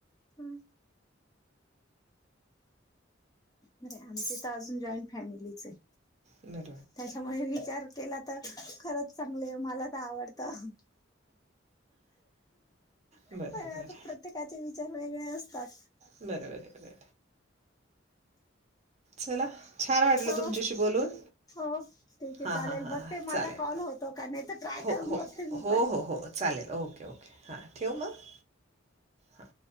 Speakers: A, on the left (about 20°); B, on the right (about 35°).
A: हम्म. बर आमचे तर अजून जॉईंट फॅमिलीच आहे.
B: नाही.
A: त्याच्यामुळे विचार केला तर खरंच चांगलंय मला तर आवडतं.
B: बरोबर बरोबर
A: पण
B: बरोबर
A: आता प्रत्येकाचे विचार वेगळे असतात.
B: बरोबर बरोबर हे. चला छान वाटलं
A: हो
B: तुमच्याशी बोलून
A: हो ठीकये
B: हां
A: चालेल
B: हां हां
A: बघ ते माझा
B: चालेल
A: कॉल होतो का नाही तर ट्राय
B: हो
A: करून
B: हो
A: बघते मी
B: हो
A: पण.
B: हो हो चालेल ओके ओके हां ठेवू मग हां